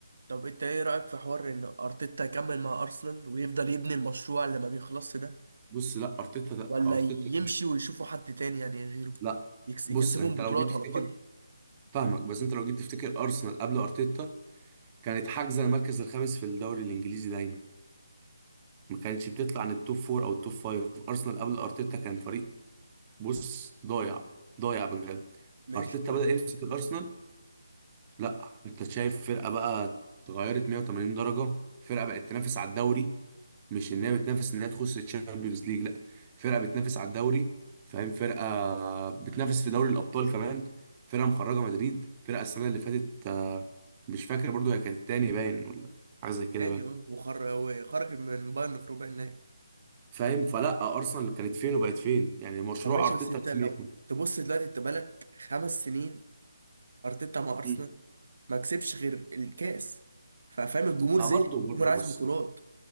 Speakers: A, on the right; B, on the right.
A: طب أنت إيه رأيك في حوار إن أرتيتا يكمل مع أرسنال ويفضل يبني المشروع اللي ما بيخلصش ده
B: بص لا ارتيتا لا
A: ولا
B: ارتيتا
A: يمشي ويشوفوا حد تاني يعني غيره
B: لا
A: يكس- يكسبهم
B: بص انت
A: بطولات
B: لو جيت تفتكر
A: على الأقل
B: فاهمك بس انت لو جيت تفتكر ارسنال قبل ارتيتا كانت حاجزه المركز الخامس في الدوري الانجليزي دايما ما كانتش بتطلع عن التوب فور او التوب فايف ارسنال قبل ارتيتا كان فريق بص ضايع ضايع بجد
A: ماشي
B: ارتيتا
A: طب
B: بدأ يمسك الارسنال لا انت شايف فرقه بقى اتغيرت 180 درجه فرقه بقت تنافس على الدوري مش ان هي بتنافس ان هي تخش الشامبيونز ليج لا فرقه بتنافس على الدوري فاهم فرقه بتنافس في دوري الابطال كمان فرقه مخرجه مدريد فرقه السنه اللي فاتت آه، مش فاكر برضو هي كانت التاني باين ولا حاجه زي كده
A: تاني
B: باين
A: اه وخر وخرج من بايرن في ربع النهائي
B: فاهم فلا ارسنال كانت فين وبقت فين يعني مشروع
A: طب ماشي
B: ارتيتا
A: بس انت
B: لازم
A: لو
B: يكمل
A: تبص دلوقتي انت بقالك خمس سنين ارتيتا مع ارسنال
B: مم.
A: ما كسبش غير الكاس ففاهم الجمهور
B: ما
A: زي
B: برضه برضه
A: الجمهور عايز
B: بص
A: بطولات
B: بص